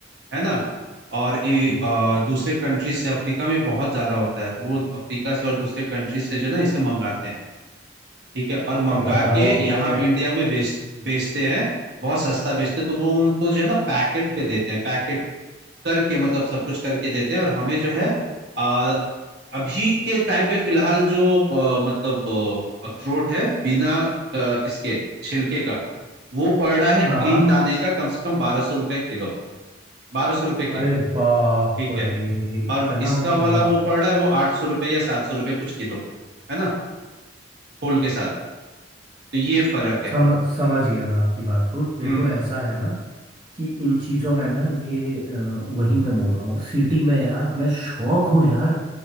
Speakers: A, on the right; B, on the right.
A: है ना और ए,
B: हम्म।
A: अ, दूसरे कंट्री से अफ्रीका में बहुत ज्यादा होता है तो वो अफ्रीका से और दूसरे कंट्री से जो है ना इसे मंगाते हैं ठीक है और मंगा
B: अब बताओ
A: के
B: अपने
A: यहाँ इंडिया में बेच बेचते हैं बहुत सस्ता बेचते हैं तो वो उनको जो है ना पैकेट पे देते हैं पैकेट करके मतलब सब कुछ करके देते हैं और हमें जो है आ, अभी के टाइम पे फिलहाल जो आ, मतलब आ, अखरोट है बिना आ, इसके छिलके का वो पड़ रहा है क्लीन
B: हाँ हाँ
A: दाने का कम से कम बारह सौ रुपये किलो बारह सौ रुपये किलो
B: अरे बाप
A: ठीक है
B: रे इतना
A: और इसका
B: महंगा
A: वाला वो पड़ रहा है वो आठ सौ रुपये या सात सौ रुपये कुछ किलो है ना होल के साथ तो ये फर्क है
B: सम समझ गया मैं आपकी बात को
A: हम्म
B: देखो ऐसा है ना कि इन चीज़ों में ना ये अ, वही मैं बोल रहा हूँ सिटी में यार मैं शौक हूँ यार